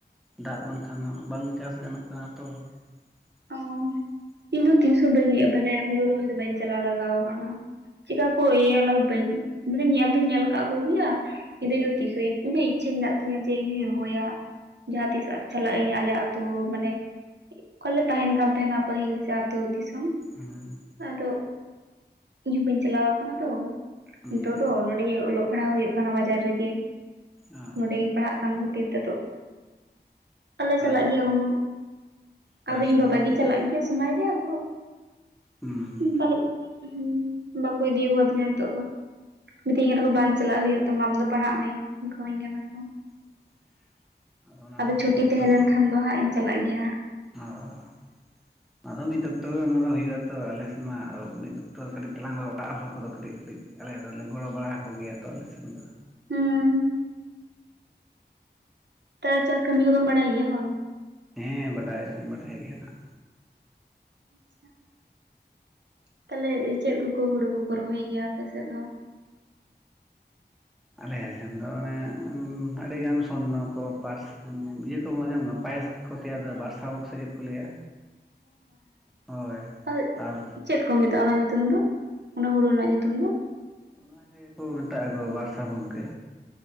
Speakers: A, in the centre; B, on the right.
A: ᱫᱟᱜ ᱵᱟᱝ ᱠᱷᱟᱱ ᱦᱚᱸ ᱵᱟᱝ ᱪᱟᱥ ᱜᱟᱱᱚᱜ ᱠᱟᱱᱟ ᱛᱚ <inaudible>
B: ᱚ ᱤᱧ ᱫᱚ ᱛᱤᱥᱦᱚ ᱵᱟᱹᱧ ᱢᱟᱱᱮ ᱦᱩᱲᱩ ᱨᱚᱦᱚᱭ ᱫᱚ ᱵᱟᱹᱧ ᱪᱟᱞᱟᱣ ᱞᱟᱜᱟᱣ ᱟᱠᱟᱱᱟ ᱪᱮᱫᱠᱟ ᱠᱚ ᱤᱭᱟᱹᱭᱟ ᱚᱱᱟ ᱵᱟᱹᱧ ᱢᱟᱱᱮ ᱧᱮᱞ ᱫᱩᱧ ᱧᱮᱞ ᱟᱠᱟᱫ ᱠᱚᱜᱮᱭᱟ <unintelligible> ᱤᱧᱹᱜ ᱤᱪᱪᱷᱟᱹ ᱢᱮᱱᱟᱜ ᱛᱤᱧᱟᱹ ᱡᱮ ᱤᱧ ᱦᱩᱧ ᱨᱚᱦᱚᱭᱟ ᱡᱟᱦᱟᱸ ᱛᱤᱥ ᱪᱟᱞᱟᱜ ᱟᱹᱧ ᱟᱞᱮ ᱟᱛᱩ ᱢᱟᱱᱮ ᱚᱠᱟᱞᱮ ᱛᱟᱦᱮᱱ ᱠᱟᱱ ᱛᱟᱦᱮᱱᱟ ᱯᱟᱹᱦᱤᱞ ᱥᱮ ᱟᱹᱛᱩ ᱫᱤᱥᱚᱢ
A: ᱦᱮᱸ <unintelligible>
B: ᱟᱫᱚ ᱤᱧ ᱦᱚᱸ ᱵᱟᱹᱧ ᱪᱟᱞᱟᱣ ᱠᱟᱱᱟ ᱛᱚ
A: ᱦᱩᱸ
B: ᱱᱤᱛᱚᱜ ᱫᱚ ᱱᱚᱸᱰᱮ ᱚᱞᱚᱜ ᱯᱟᱲᱦᱟᱣ ᱦᱩᱭᱩᱜ ᱠᱟᱱᱟ ᱵᱟᱡᱟᱨ ᱨᱮᱜᱮ
A: ᱚ
B: ᱱᱚᱸᱰᱮ ᱜᱤᱧ ᱯᱟᱲᱦᱟᱜ ᱠᱟᱱ ᱠᱷᱟᱹᱛᱤᱨ ᱛᱮᱫᱚ ᱵᱟᱞᱮ ᱪᱟᱞᱟᱜ
A: ᱟᱫᱚ
B: ᱜᱮᱭᱟ ᱩᱱᱟᱹ
A: ᱪᱟᱥ
B: ᱟᱫᱚ ᱤᱧ
A: ᱠᱟᱹᱢᱤ
B: ᱵᱟᱵᱟ ᱜᱮ
A: ᱠᱚᱫᱚ
B: ᱪᱟᱞᱟᱜ ᱜᱮᱭᱟ ᱥᱚᱢᱚᱭ ᱨᱮ ᱟᱫᱚ
A: ᱦᱩᱸ
B: ᱵᱟᱨᱮ ᱦᱮᱸ <unintelligible> ᱵᱟᱠᱚ ᱤᱫᱤ ᱟᱠᱟᱫᱤᱧᱟ ᱱᱤᱛᱚᱜ ᱫᱚ ᱢᱤᱛᱟᱹᱧ ᱠᱟᱱᱟ ᱠᱚ ᱵᱟᱝ ᱪᱟᱞᱟᱜ ᱦᱩᱭᱩᱜ ᱛᱟᱢᱟ ᱟᱢ ᱫᱚ ᱯᱟᱲᱦᱟᱜ ᱢᱮ ᱚᱱᱠᱟ ᱦᱟᱹᱧ ᱠᱟᱱᱟ ᱠᱚ
A: <inaudible> ᱚᱱᱟ
B: ᱟᱫᱚ
A: ᱫᱚ
B: ᱪᱷᱩᱴᱤ
A: ᱢᱤᱫ ᱚᱠᱛᱚ
B: ᱛᱟᱦᱮᱸ ᱞᱮᱱᱠᱷᱟᱱ ᱫᱚ ᱦᱟᱸᱜ ᱤᱧ ᱪᱟᱞᱟᱜ ᱜᱮᱭᱟ ᱦᱟᱸᱜ
A: ᱚ <unintelligible> ᱟᱫᱚ ᱢᱤᱫ ᱚᱠᱛᱚ ᱨᱮ ᱜᱮ ᱚᱱᱟ ᱫᱚ ᱦᱩᱭᱩᱜ ᱟ ᱛᱚ ᱟᱞᱮ ᱥᱮᱱ ᱢᱟ ᱟᱫᱚ ᱢᱤᱫ ᱫᱚᱯᱛᱚᱨ ᱠᱟᱹᱴᱤᱡ ᱛᱟᱞᱟᱝ ᱫᱚ ᱚᱲᱟᱜ ᱦᱚᱲ ᱠᱚᱫᱚ ᱠᱟᱹᱴᱤᱡ ᱠᱟᱹᱴᱤᱡ ᱟᱞᱮ ᱫᱚᱞᱮ ᱜᱚᱲᱚ ᱵᱟᱲᱟ ᱟᱠᱚ ᱜᱮᱭᱟ ᱛᱚ ᱟᱞᱮᱥᱮᱱ ᱫᱚ
B: ᱦᱩᱸ ᱛᱚ ᱪᱟᱥ ᱠᱟᱹᱢᱤ ᱠᱚᱫᱚᱢ ᱵᱟᱲᱟᱭ ᱜᱮᱭᱟ ᱵᱟᱝ
A: ᱦᱮᱸ ᱵᱟᱰᱟᱭ ᱫᱩᱧ ᱵᱟᱰᱟᱭ ᱜᱮᱭᱟ ᱱᱟᱜ
B: ᱟᱪᱪᱷᱟ <inaudible> ᱛᱟᱦᱞᱮ ᱪᱮᱫ ᱠᱚᱠᱚ ᱦᱩᱲᱩ ᱠᱚᱠᱚ ᱨᱚᱦᱚᱭ ᱜᱮᱭᱟ ᱟᱯᱮᱥᱮᱫ ᱫᱚ
A: ᱟᱞᱮ ᱥᱮᱱ ᱫᱚ ᱚᱱᱮ ᱟᱹᱰᱤᱜᱟᱱ ᱥᱚᱨᱱᱚ ᱠᱚ ᱯᱟᱨ ᱤᱭᱟᱹ ᱠᱚᱡᱚᱢ ᱯᱟᱭᱮᱥ ᱠᱚ ᱜᱮ ᱵᱟᱨᱥᱟᱵᱚᱠ ᱥᱮ ᱪᱮᱫ ᱠᱚ ᱞᱟᱹᱭᱟ ᱦᱳᱭ
B: ᱟᱨ
A: ᱛᱟᱨ
B: ᱪᱮᱫ ᱠᱚ ᱢᱮᱛᱟᱜᱼᱟ ᱚᱱᱟ ᱧᱩᱛᱩᱢ ᱫᱚ ᱚᱱᱟ ᱦᱩᱲᱩ ᱨᱮᱱᱟᱜ ᱧᱩᱛᱩᱢ ᱫᱚ
A: ᱚᱱᱟᱜᱮᱠᱚ ᱢᱮᱛᱟᱜᱼᱟ ᱠᱚ ᱵᱟᱨᱥᱟ ᱵᱷᱚᱜᱽ ᱜᱮ